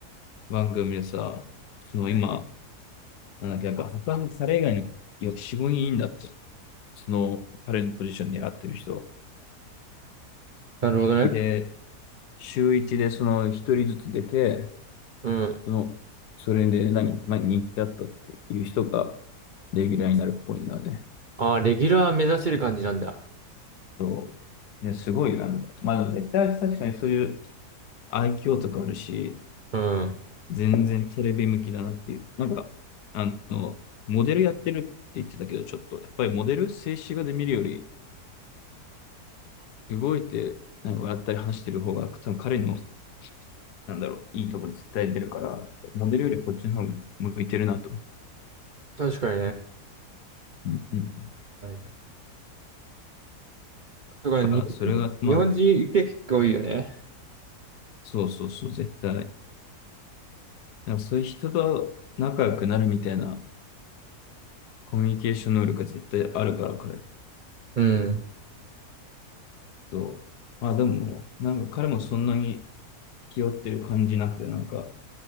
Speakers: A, on the left (about 80°); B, on the right (about 55°).
A: 番組でさ、そのは今、なんだっけ、なんか他の彼以外のよ4、5人いいんだって。その彼のポジションでやってる人。
B: なるほどね。
A: で、週一でその一人ずつ出て、
B: うん。
A: その、それで何、まあ、人気だったっていう人がレギュラーになるっぽいんだね。
B: あー、レギュラー目指せる感じなんだ。
A: そう。ね、すごいな。まあ、絶対確かにそういう愛嬌とかあるし、
B: うん。
A: 全然テレビ向きだなっていう。なんか、あの、モデルやってるって言ってたけど、ちょっと、やっぱりモデル、静止画で見るより、動いて、なんか笑ったり話してる方が、多分彼の、なんだろう、いいとこ絶対出るから、モデルよりこっちの方が向いてるなと。
B: 確かにね。
A: うんうん。だ
B: はい。だから日本人、
A: から、それが、まあ、
B: 日本人受け結構多いよね。
A: そうそうそう、絶対。だからそういう人と仲良くなるみたいなコミュニケーション能力が絶対あるから、彼
B: うん。
A: そう。まあでも、なんか彼もそんなに気負ってる感じなくて、なんか、